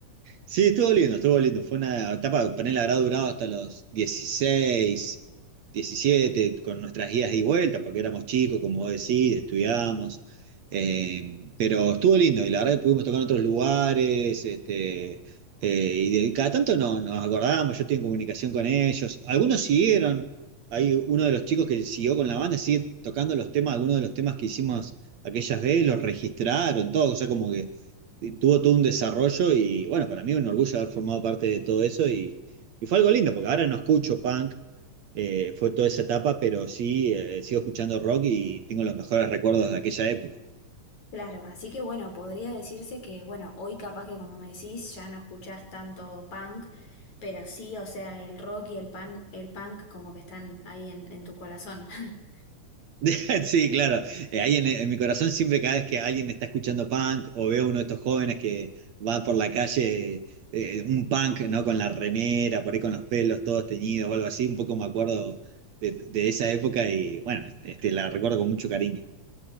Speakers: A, on the right (about 60°); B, on the left (about 60°).
A: Sí, estuvo lindo, estuvo lindo. Fue una etapa, ponele, habrá durado hasta los 16 17 con nuestras guías y vueltas, porque éramos chicos, como vos decís, estudiábamos. Eh, pero estuvo lindo, y la verdad que pudimos tocar en otros lugares, este, eh, y de, cada tanto no, nos acordábamos, yo estoy en comunicación con ellos. Algunos siguieron, hay uno de los chicos que siguió con la banda, sigue tocando los temas, algunos de los temas que hicimos aquellas veces, los registraron, todo, o sea, como que tuvo todo un desarrollo y bueno, para mí es un orgullo haber formado parte de todo eso y, y fue algo lindo, porque ahora no escucho punk, eh, fue toda esa etapa, pero sí eh, sigo escuchando rock y tengo los mejores recuerdos de aquella época.
B: Claro, así que bueno, podría decirse que, bueno, hoy capaz que como me decís, ya no escuchás tanto punk, pero sí, o sea, el rock y el pan, el punk como que están ahí en, en tu corazón. <laughs>
A: <laughs> Sí, claro, eh, ahí en, en mi corazón siempre cada vez que alguien está escuchando punk o veo a uno de estos jóvenes que va por la calle, eh, un punk, ¿no? Con la remera, por ahí con los pelos todos teñidos o algo así, un poco me acuerdo de, de esa época y bueno, este, la recuerdo con mucho cariño.